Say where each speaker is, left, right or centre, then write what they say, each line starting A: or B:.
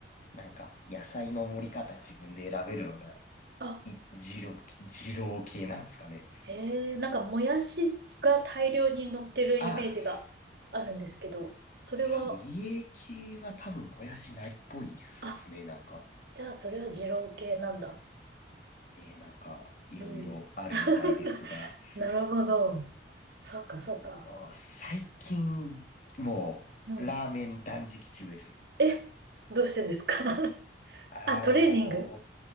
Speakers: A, on the left; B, on the right.
A: なんか、野菜の盛り方自分で選べるのが、
B: あ、
A: い、二郎、二郎系なんですかね。
B: へえ、なんかもやしが大量に乗ってるイメージがあるんですけど、
A: ああ、す
B: それは、
A: 多分家系は多分もやしないっぽいっすね、
B: あ、
A: なんか。
B: じゃあそれは二郎系なんだ。
A: ね、なんか、いろいろあるみたいですが、
B: うん。<laughs> なるほど。そうか、そうか。
A: もう最近、もう、
B: うん。
A: ラーメン断食中です。
B: え、どうしてですか <laughs>
A: あの
B: あ、トレーニング